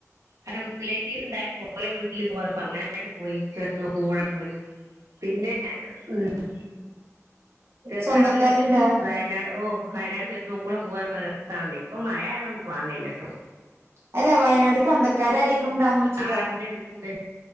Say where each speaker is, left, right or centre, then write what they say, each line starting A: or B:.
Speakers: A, on the right; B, on the right.
A: അത് റിലേറ്റീവ്സ് ഇണ്ടായ ഓല വീട്ടില് പോയ അങ്ങനെങ്ങട് പോയി ചുരത്തുമകൂടങ്ങ് പോയി പിന്നെ ഉം രസാണല്ലോ
B: സ്വന്തക്കാരുണ്ടോ
A: വയനാട് ഓ വയനാട് ചുരത്തുമക്കൂടെ പോവാർഞ്ഞ ര സാണലി പ്പ മഴ ആയതോണ്ട് പോവാൻ കയ്യില്ലട്ടോ
B: അല്ല വയനാട് സ്വന്തക്കാര് രാരെങ്കിലും ഉണ്ടാന്നൊഴിച്ചതാ
A: ആ ഇണ്ട് ഇണ്ട് ഇണ്ട്